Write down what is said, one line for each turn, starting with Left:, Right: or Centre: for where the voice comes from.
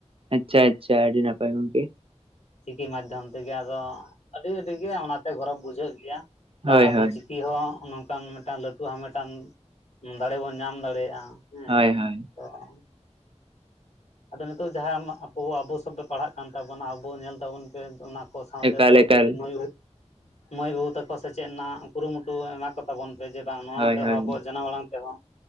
Right: ᱟᱪᱪᱷᱟ ᱟᱪᱪᱷᱟ ᱟᱹᱰᱤ ᱱᱟᱯᱟᱭ ᱜᱚᱝᱠᱮ,
Left: ᱪᱤᱠᱤ ᱢᱟᱫᱽᱫᱷᱚᱢ ᱛᱮᱜᱮ ᱟᱫᱚ ᱟᱹᱰᱤ ᱟᱹᱰᱤ ᱜᱮ ᱚᱱᱟᱛᱮ ᱜᱚᱨᱚᱵᱽ ᱵᱩᱡᱷᱟᱹᱜ ᱜᱮᱭᱟ ᱵᱟᱝ
Right: ᱦᱳᱭ
Left: ᱟᱵᱚ
Right: ᱦᱳᱭ
Left: ᱪᱤᱠᱤ, ᱠᱤ ᱦᱚᱸ ᱱᱚᱝᱠᱟᱱ ᱢᱤᱫᱴᱟᱱ ᱞᱟᱹᱴᱩ ᱦᱟᱢᱮᱴᱟᱱ ᱫᱟᱲᱮ ᱵᱚᱱ ᱧᱟᱢ ᱫᱟᱲᱮᱭᱟᱜᱼᱟ, ᱦᱮᱸ
Right: ᱦᱳᱭ ᱦᱳᱭ,
Left: <unintelligible> ᱟᱫᱚ ᱱᱤᱛᱚᱜ ᱡᱟᱦᱟᱸ ᱟᱢ ᱟᱵᱚ ᱟᱵᱚ ᱥᱚᱵ ᱯᱮ ᱯᱟᱲᱦᱟᱜ ᱠᱟᱱ ᱛᱟᱵᱚᱱᱟ ᱟᱵᱚ ᱧᱮᱞ ᱛᱟᱵᱚᱱ ᱯᱮ ᱚᱱᱟ ᱠᱚ, ᱥᱟᱶᱛᱮ
Right: ᱮᱠᱟᱞ
Left: ᱠᱟᱹᱴᱤᱜ
Right: ᱮᱠᱟᱞ
Left: ᱠᱟᱹᱴᱤᱜ ᱢᱟᱹᱭ ᱵᱟᱹᱵᱩ ᱢᱟᱹᱭ ᱵᱟᱹᱵᱩ ᱛᱟᱠᱚ ᱥᱮᱪᱮᱫ ᱨᱮᱱᱟᱜ ᱠᱩᱨᱩᱢᱩᱴᱩ ᱮᱢᱟ ᱠᱚᱯ ᱛᱟᱵᱚᱱ ᱯᱮ ᱡᱮ ᱵᱟᱝ ᱱᱚᱣᱟ
Right: ᱦᱳᱭ
Left: ᱛᱮᱦᱚᱸ
Right: ᱦᱳᱭ
Left: ᱟᱵᱚᱣᱟᱜ ᱡᱟᱱᱟᱢ ᱟᱲᱟᱝ ᱛᱮᱦᱚᱸ